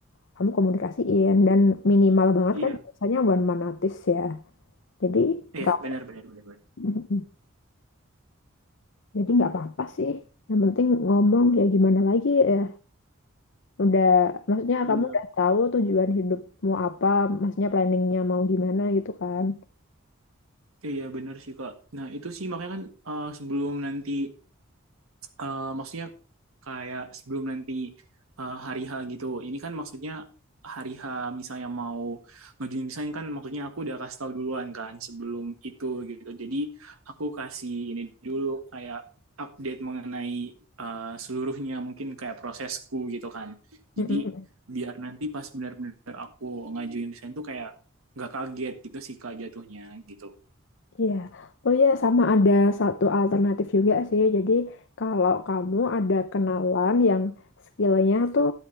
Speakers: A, on the left (about 60°); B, on the right (about 80°).
A: kamu komunikasiin dan minimal banget
B: iya.
A: kan biasanya one man notice ya jadi
B: Iya,
A: nggak
B: benar benar benar benar.
A: <laughs> jadi nggak apa-apa sih yang penting ngomong ya gimana lagi ya udah maksudnya
B: Iya.
A: kamu udah tahu tujuan hidupmu apa maksudnya planningnya mau gimana gitu kan
B: Iya, benar sih Kak. Nah, itu sih makanya kan eh, sebelum nanti eh, maksudnya kayak sebelum nanti eh, hari H gitu. Ini kan maksudnya hari H misalnya mau ngajuin desain kan maksudnya aku udah kasih tahu duluan kan sebelum itu gitu. Jadi aku kasih ini dulu kayak update mengenai eh, seluruhnya mungkin kayak prosesku gitu kan.
A: <laughs>
B: Jadi biar nanti pas benar-benar aku ngajuin desain tuh kayak nggak kaget gitu sih kak jatuhnya gitu.
A: Iya, oh iya sama ada satu alternatif juga sih. Jadi kalau kamu ada kenalan yang skillnya tuh